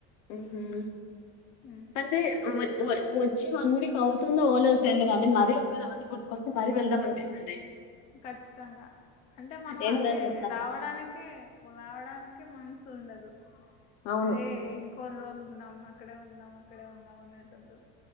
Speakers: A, on the left; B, on the left.
A: ఉ హ్మ్
B: ఉమ్
A: అంటే వ వ వచ్చి వన్ వీక్ అవుతుందో ఓలే తెలిదుగానీ మరీ ఒకవేళ అవన్నీ గుర్తుకొస్తే మళ్ళీ వెళ్దాం అనిపిస్తుంది
B: ఖచ్చితంగా అంటే మనం
A: ఏం
B: అదే
A: లేదట్లా.
B: రావడానికె రావడానికె మనసు ఉండదు
A: అవును.
B: అరే ఇంకొన్ని రోజులు అక్కడే ఉందాం అక్కడే ఉందాం అన్నట్టు ఉంటుంది